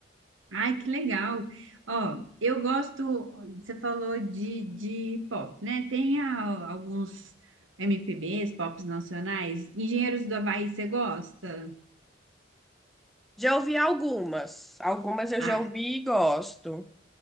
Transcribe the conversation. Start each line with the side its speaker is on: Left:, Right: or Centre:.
Right: Ai, que legal. Ó, eu gosto, você falou de, de pop, né? Tem a- alguns MPBs, pops nacionais. Engenheiros do Havaí, você gosta?
Centre: Já ouvi algumas. Algumas eu
Right: Ah,
Centre: já ouvi e gosto.